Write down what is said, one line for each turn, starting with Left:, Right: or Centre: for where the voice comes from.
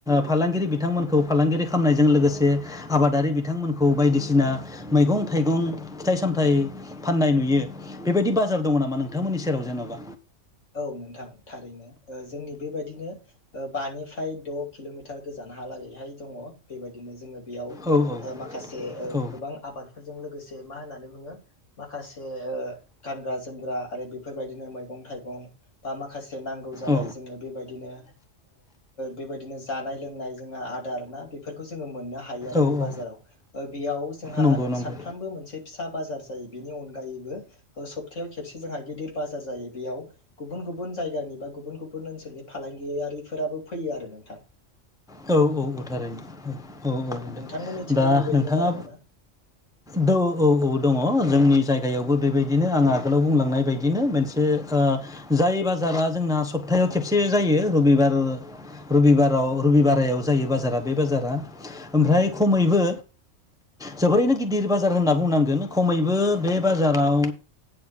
Centre: फालांगिरि बिथांमोनखौ फालांगिरि खालामनायजों लोगोसे आबादारि बिथांमोनखौ बायदिसिना मैगं थाइगं फिथाइ सामथाइ फाननाय नुयो बेबायदि बाजार दङ नामा नोंथांमोननि सेराव जों <unintelligible>
Left: औ नोंथां थारैनो जोंनि बेबायदिनो बानिफ्राय द' किल'मिटार गोजान हा लागैहाय दङ बेबायदिनो जोङो बेयाव
Centre: औ औ
Left: माखासे
Centre: औ
Left: गोबां आबादफोरजों लोगोसे मा होननानै बुङो माखासे गानग्रा जोमग्रा आरो बेफोरबायदिनो मैगं थाइगं बा माखासे नांगौ जानाय
Centre: औ
Left: जोङो बेबायदिनो बेबायदिनो जानाय लोंनाय जोंहा आदार ना बेफोरखौ जोङो मोननो हायो थायो आरो
Centre: औ
Left: बे बाजाराव
Centre: औ
Left: ओ बेयाव जोंहा
Centre: नंगौ नंगौ
Left: सानफ्रामबो मोनसे फिसा बाजार जायो बेनि अनगायैबो सप्तायाव खेबसे जोंहा गेदिर बाजार जायो बेयाव गुबुन गुबुन जायगानिफाय गुबुन गुबुन ओनसोलनि फालांगियारिफोराबो फैयो आरो नोंथां
Centre: औ औ औ थारैनो औ औ औ
Left: नोंथांमोननिथिंबो
Centre: दा
Left: बेबायदिनो
Centre: नोंथाङा
Left: जानांगौ ना
Centre: द औ औ दङ जोंनि जायगायावबो बेबायदिनो आंहा आगोलाव बुंलांनाय बायदिनो मोनसे जाय बाजारा जोंना सप्तायाव खेबसे जायो रबिबार रबिबाराव रबिबारायाव जायो बाजारा बे बाजारा ओमफ्राय
Left: औ
Centre: खमैबो जोबोरैनो गिदिर बाजार होनना बुंनांगोन खमैबो बे बाजाराव